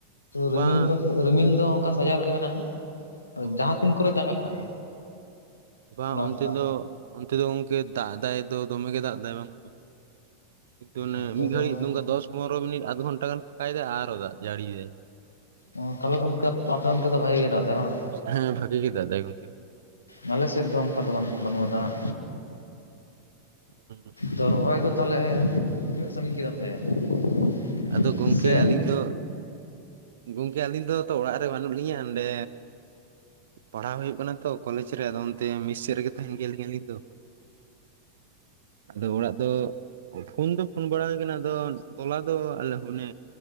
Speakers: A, on the left; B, on the right.
A: ᱨᱤᱢᱤᱞ
B: ᱵᱟᱝ
A: ᱫᱚ ᱨᱤᱢᱤᱞ ᱫᱚ ᱚᱱᱠᱟ ᱥᱟᱡᱟᱣ ᱨᱮᱜᱮ ᱢᱮᱱᱟᱜᱼᱟ᱾
B: ᱚ
A: ᱡᱟᱦᱟᱸ ᱛᱤᱱ ᱠᱚᱨᱮ ᱫᱟᱜᱼᱟᱜ ᱠᱟᱱᱟᱭ᱾
B: ᱵᱟᱝ
A: ᱚᱱᱮ ᱚᱱᱠᱟ
B: ᱚᱱᱛᱮ ᱫᱚ, ᱚᱱᱛᱮ ᱫᱚ ᱜᱚᱝᱠᱮ ᱫᱟᱜ ᱫᱟᱭ ᱫᱚ ᱫᱚᱢᱮ ᱜᱮ ᱫᱟᱜ ᱫᱟᱭ ᱵᱟᱝ ᱠᱤᱱᱛᱩ ᱚᱱᱮ
A: ᱱᱚᱛᱮ ᱫᱚ
B: ᱢᱤᱫ ᱜᱷᱟᱹᱲᱤᱡ ᱱᱚᱝᱠᱟ ᱫᱚᱥ ᱯᱚᱱᱨᱚ ᱢᱤᱱᱤᱴ ᱟᱫᱽ ᱜᱷᱚᱱᱴᱟ ᱜᱟᱱ ᱯᱷᱟᱠᱟᱭ ᱫᱟᱭ ᱟᱨ ᱦᱚᱸ ᱫᱟᱜ ᱡᱟᱹᱲᱤᱭᱮᱫᱟᱭ᱾
A: ᱚ, ᱛᱟᱦᱚᱞᱮ ᱜᱚᱢᱠᱮ ᱟᱯᱮ ᱚᱱᱛᱮ ᱫᱚ ᱵᱷᱟᱹᱜᱤ ᱜᱮ ᱫᱟᱜ ᱮᱫᱟᱭ ᱵᱟᱝ
B: ᱦᱮᱸ ᱵᱷᱟᱹᱜᱤ ᱜᱮ ᱫᱟᱜ ᱫᱟᱭ ᱜᱚᱝᱠᱮ᱾
A: ᱟᱞᱮ ᱥᱮᱫ ᱫᱚ ᱚᱱᱠᱟ ᱫᱚ ᱵᱟᱝ ᱵᱟᱹᱱᱩᱜ-ᱟ ᱫᱟᱜ᱾
B: ᱦᱩᱸ,
A: ᱛᱚ ᱨᱚᱦᱚᱭ ᱫᱚ ᱛᱟᱦᱚᱞᱮ ᱛᱤᱱᱟᱹᱜ ᱥᱟᱺᱜᱤᱧ ᱠᱮᱫᱟ? <unintelligible>
B: ᱟᱫᱚ ᱜᱚᱝᱠᱮ
A: ᱥᱮ
B: ᱟᱹᱞᱤᱧ ᱫᱚ ᱜᱚᱝᱠᱮ ᱟᱹᱞᱤᱧ ᱫᱚ ᱛᱚ ᱚᱲᱟᱜ ᱨᱮ ᱵᱟᱹᱱᱩᱜ ᱞᱤᱧᱟᱹ ᱱᱚᱸᱰᱮ ᱯᱟᱲᱦᱟᱣ ᱦᱳᱭᱳᱜ ᱠᱟᱱᱟ ᱛᱚ ᱠᱚᱞᱮᱡᱽ ᱨᱮ ᱟᱫᱚ ᱚᱱᱛᱮ ᱢᱤᱥ ᱥᱮᱫ ᱨᱮᱜᱮ ᱛᱟᱦᱮᱱ ᱜᱮᱭᱟᱞᱤᱧ ᱟᱹᱞᱤᱧ ᱫᱚ᱾ ᱟᱫᱚ ᱚᱲᱟᱜ ᱫᱚ ᱯᱷᱳᱱ ᱫᱚ ᱯᱷᱱ ᱵᱟᱲᱟ ᱦᱩᱭ ᱟᱠᱟᱱᱟ᱾ ᱟᱫᱚ ᱛᱚᱞᱟ ᱫᱚ ᱟᱞᱮ ᱚᱱᱮ